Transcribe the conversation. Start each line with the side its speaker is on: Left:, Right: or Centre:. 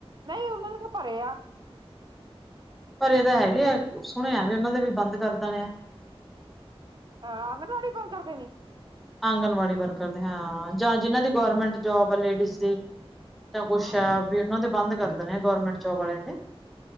Right: ਨਹੀਂ ਉਹਨਾਂ ਦੇ ਤੇ ਪਰੇ ਆ।
Centre: ਭਰੇ ਤੇ ਹੈਗੇ, ਸੁਣਿਆ ਵੀ ਉਹਨਾਂ ਦੇ ਵੀ ਬੰਦ ਕਰ ਦੇਣੇ ਐ।
Right: ਅਹ ਆਂਗਣਵਾੜੀ ਬੰਦ ਕਰ ਦੇਨੀ।
Centre: ਆਂਗਨਵਾੜੀ ਵਰਕਰ ਦੇ ਹਾਂ, ਜਾਂ ਜਿਹਨਾਂ ਦੀ ਗੌਰਮੈਂਟ ਜੋਬ ਆ ਲੇਡੀਜ਼ ਦੀ। ਜਾਂ ਕੁਛ
Right: ਹਾਂ
Centre: ਐ ਵੀ ਉਹਨਾਂ ਦੇ ਬੰਦ ਕਰ ਦੇਣੇ ਗੌਰਮੈਂਟ ਜੋਬ ਆਲਿਆਂ ਦੇ।